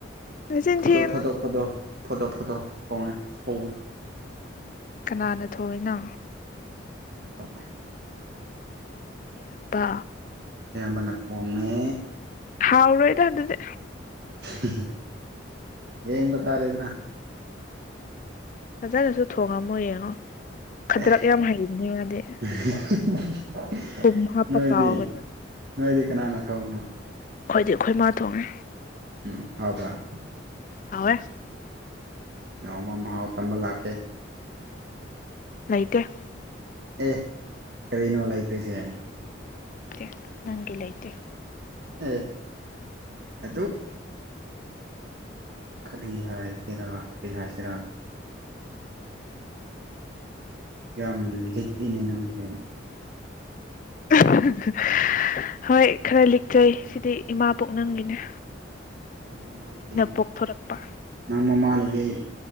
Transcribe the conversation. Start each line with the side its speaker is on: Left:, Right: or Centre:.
Left: ꯅꯆꯤꯟ
Right: ꯐꯣꯇꯣꯛ
Left: ꯊꯤꯒꯅꯨ
Right: ꯐꯣꯇꯣꯛ ꯐꯣꯇꯣ ꯐꯣꯇꯣ ꯐꯣꯇꯣ ꯊꯣꯡꯉꯦ ꯁꯧꯋꯦ
Left: ꯀꯅꯥꯅ ꯊꯣꯡꯉꯤꯅꯣ
Right: ꯑꯌꯥꯝꯕ
Left: ꯅꯌꯥꯝꯕ
Right: ꯑꯌꯥꯝꯕꯅ ꯊꯣꯡꯉꯦ
Left: ꯍꯥꯎꯔꯣꯏꯗ ꯑꯗꯨꯗꯤ
Right: <unintelligible> ꯌꯦꯡꯕ ꯇꯥꯔꯦꯗꯅꯥ
Left: ꯐꯖꯅꯁꯨ ꯊꯣꯉꯝꯃꯣ ꯌꯦꯡꯉꯣ
Right: <unintelligible>
Left: ꯈꯗ꯭ꯔꯛ ꯌꯥꯝ ꯍꯩꯕꯅꯦ ꯃꯥꯗꯤ ꯊꯨꯝ ꯍꯥꯞꯄ
Right: <unintelligible>
Left: ꯀꯥꯎꯒꯅꯤ
Right: ꯅꯣꯏꯗꯤ ꯅꯣꯏꯗꯤ ꯀꯅꯥꯅ ꯊꯣꯡꯕꯅꯣ
Left: ꯈꯣꯏꯗꯤ ꯑꯩꯈꯣꯏ ꯃꯥ ꯊꯣꯡꯉꯦ
Right: ꯎꯝ ꯍꯥꯎꯕ꯭ꯔꯥ
Left: ꯍꯥꯎꯑꯦ
Right: ꯅꯥꯎꯃ ꯃꯍꯥꯎ ꯇꯝꯕ ꯂꯥꯛꯀꯦ
Left: ꯂꯩꯇꯦ
Right: ꯑꯦ ꯀꯔꯤꯅꯣ ꯂꯩꯇ꯭ꯔꯤꯁꯦ
Left: ꯇꯦ ꯅꯪꯒꯤ ꯂꯩꯇꯦ
Right: ꯑꯦ ꯑꯗꯨꯛ ꯀꯔꯤ ꯍꯥꯏꯒꯦꯔꯥ ꯀ꯭ꯔꯤ ꯍꯥꯏꯁꯤꯔꯥ ꯌꯥꯝ ꯂꯤꯛꯏꯅꯦ ꯅꯪꯁꯦ
Left: <unintelligible> ꯍꯣꯏ ꯈꯔ ꯂꯤꯛꯆꯩ ꯁꯤꯗꯤ ꯏꯃꯥ ꯄꯨꯛꯅꯨꯡꯒꯤꯅꯦ
Right: ꯅꯪ ꯃꯃꯥꯅꯗꯤ
Left: ꯄꯣꯛꯊꯣꯔꯛꯄ
Right: ꯅꯪ ꯃꯃꯥꯅꯗꯤ